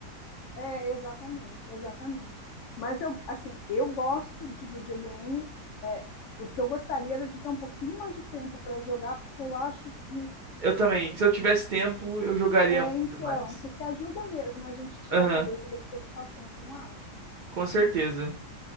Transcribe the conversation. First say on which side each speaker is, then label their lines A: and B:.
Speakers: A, on the left; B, on the right.
A: É, exatamente, exatamente. Mas eu, assim, eu gosto de videogame. é, o que eu gostaria era de ter um pouquinho mais de tempo para jogar, porque eu acho que
B: Eu também. Se eu tivesse tempo, eu jogaria
A: é,
B: muito
A: então,
B: mais.
A: porque ajuda mesmo a gente tirar
B: Aham,
A: a cabeça das preocupações, você não acha?
B: com certeza.